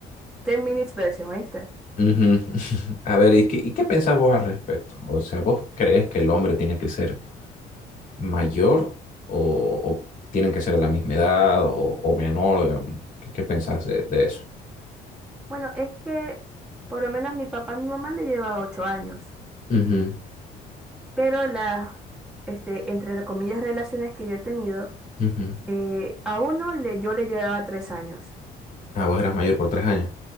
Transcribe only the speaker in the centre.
"Ten Minutes Version, ¿oíste?
Bueno, es que por lo menos mi papá y mi mamá le llevaba ocho años,
pero las, este, entre comillas, relaciones que yo he tenido,
eh, a uno le, yo le llevaba tres años,